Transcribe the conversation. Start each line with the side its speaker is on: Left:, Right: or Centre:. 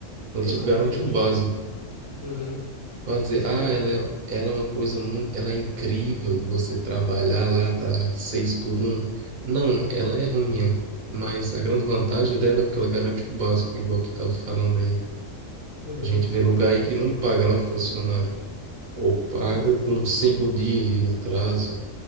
Right: Ela,
Left: exatamente.
Right: tipo, garante o básico.
Left: Uhum,
Right: Vai dizer,
Left: exatamente.
Right: ah, ela é, ela é uma coisa muito, ela é incrível você trabalhar lá, tá seis por um. Não, ela
Left: Uhum,
Right: é ruim, mas a grande vantagem dela é porque ela garante o básico, igual tu tava falando aí.
Left: uhum,
Right: A gente vê lugar
Left: exatamente.
Right: aí que não paga, né, funcionário? Ou paga
Left: Exatamente.
Right: com cinco dias de atraso.